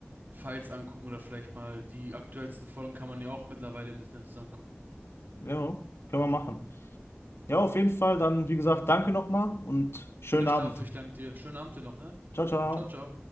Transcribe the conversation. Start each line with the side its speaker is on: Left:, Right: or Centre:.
Right: Fights angucken oder vielleicht mal die aktuellsten Folgen kann man ja auch mittlerweile im Internet zusammen gucken.
Left: Ja, können wir machen. Ja, auf jeden Fall. Dann, wie gesagt, danke nochmal und schönen
Right: Nicht
Left: Abend.
Right: dafür, ich danke dir. Schönen Abend dir noch, ne?
Left: Ciao, ciao.
Right: Ciao, ciao.